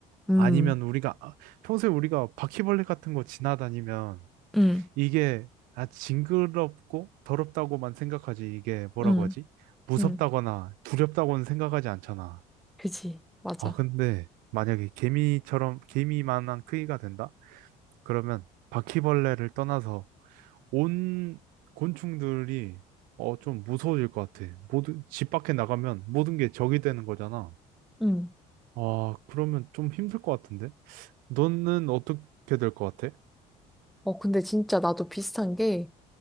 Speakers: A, in the centre; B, on the right.
A: 음.
B: 아니면 우리가 아, 평소에 우리가 바퀴벌레 같은 거 지나다니면
A: 응,
B: 이게 아, 징그럽고 더럽다고만 생각하지. 이게 뭐라고
A: 응,
B: 하지? 무섭다거나
A: 응,
B: 두렵다고는 생각하지 않잖아.
A: 그지, 맞아.
B: 아, 근데 만약에 개미처럼 개미만한 크기가 된다? 그러면 바퀴벌레를 떠나서 온 곤충들이 어, 좀 무서워질 것 같아. 모두, 집 밖에 나가면 모든 게 적이 되는 거잖아.
A: 응.
B: 아, 그러면 좀 힘들 것 같은데? 너는 어떻게 될 것 같아?
A: 어, 근데 진짜 나도 비슷한 게,